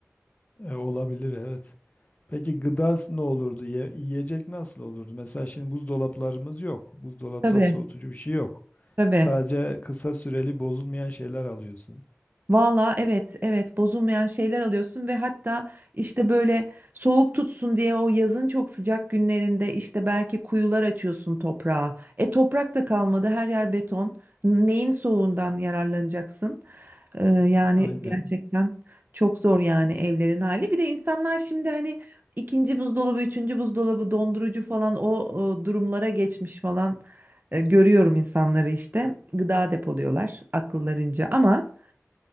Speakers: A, on the left; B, on the right.
A: E, olabilir evet. Peki gıda ne olurdu? Ye- yiyecek nasıl olurdu? Mesela şimdi buzdolaplarımız yok. Buzdolapta
B: Tabii,
A: soğutucu bir şey yok.
B: tabii.
A: Sadece kısa süreli bozulmayan şeyler alıyorsun.
B: Valla evet evet bozulmayan şeyler alıyorsun ve hatta işte böyle soğuk tutsun diye o yazın çok sıcak günlerinde işte belki kuyular açıyorsun toprağa. E toprak da kalmadı her yer beton. Neyin soğuğundan yararlanacaksın? Ee, yani
A: Aynen.
B: gerçekten çok zor yani evlerin hali. Bir de insanlar şimdi hani ikinci buzdolabı, üçüncü buzdolabı, dondurucu falan o, o durumlara geçmiş falan. E, görüyorum insanları işte gıda depoluyorlar akıllarınca ama...